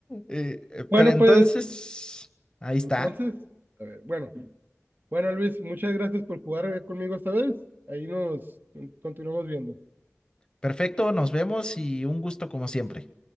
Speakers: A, on the left (about 15°); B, on the right (about 40°).
A: Eh,
B: Bueno,
A: pero entonces,
B: pues
A: ahí está.
B: Entonces, a ver, bueno, bueno Luis, muchas gracias por jugar conmigo esta vez. Ahí nos continuamos viendo.
A: Perfecto, nos vemos y un gusto como siempre.